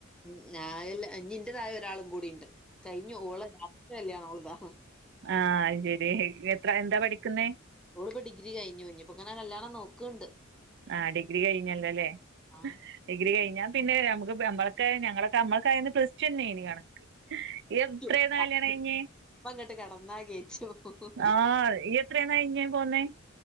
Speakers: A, in the centre; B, on the right.
A: ഉം ഞാഅല്ല ഇനി എന്റെതായ ഒരാളും കൂടി ഇണ്ട് കഴിഞ്ഞു ഓള് ആഫ്റ്റർ കല്യാണം ഓള്താ.
B: ആഹ അത് ശരി എത്ര എന്താ പഠിക്കുന്നെ.
A: ഓള് ഇപ്പോ ഡിഗ്രി കഴിഞ്ഞു ഇനീപ്പോങ്ങനെ കല്യാണം നോക്കുന്നുണ്ട്.
B: ആ ഡിഗ്രി കഴിഞ്ഞല്ലോ അല്ലെ
A: ആഹ്
B: ഡിഗ്രി കഴിഞ്ഞാ. പിന്നെ നമുക്ക്മ്മള <unintelligible> ഞങ്ങള നമ്മൾ ഓക്കെ പ്ലസ്ടു കണക്ക്. എത്രെന്നാ
A: ഇപ്പ
B: കല്യാണം കഴിഞ്ഞെ
A: അങ്ങട്ട് കടന്നാ കേറ്റും
B: ആഹാ. <unintelligible> എത്രന്ന് കഴിഞ്ഞേ പോന്നേ.